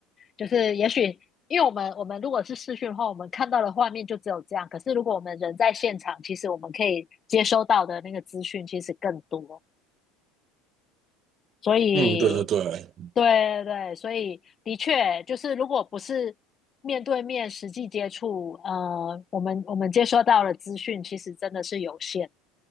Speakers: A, on the left; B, on the right.
A: 就是也许，因为我们我们如果是视讯的话，我们看到的画面就只有这样。可是如果我们人在现场，其实我们可以接收到的那个资讯其实更多。所以，
B: 嗯，对对对。
A: 对对对，所以的确就是如果不是面对面实际接触，呃，我们我们接收到的资讯其实真的是有限。